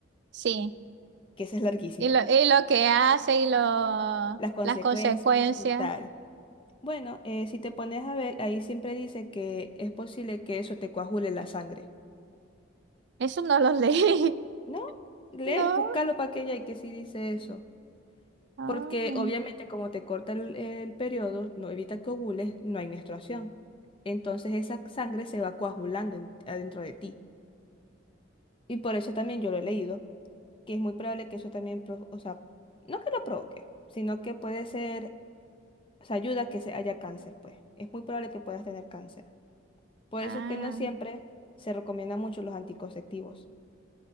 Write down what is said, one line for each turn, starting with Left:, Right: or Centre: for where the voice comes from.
Right: Sí.
Left: que ese es larguísimo,
Right: Y lo, y lo que hace y lo,
Left: las consecuencias
Right: las consecuencias,
Left: y tal. Bueno, eh, si te pones a ver, ahí siempre dice que es posible que eso te coagule la sangre.
Right: eso no lo leí.
Left: No,
Right: <laughs>
Left: léelo,
Right: No.
Left: búscalo para que haya y que sí dice eso.
Right: Ah.
Left: Porque obviamente como te corta el, el periodo, no evita que ovules, no hay menstruación. Entonces esa sangre se va coagulando en- adentro de ti. Y por eso también yo lo he leído, que es muy probable que eso también, pro- o sea, no que lo provoque, sino que puede ser, o sea, ayuda a que se haya cáncer, pues. Es muy probable que puedas tener cáncer. Por
Right: Ah.
Left: eso es que no siempre se recomiendan mucho los anticonceptivos.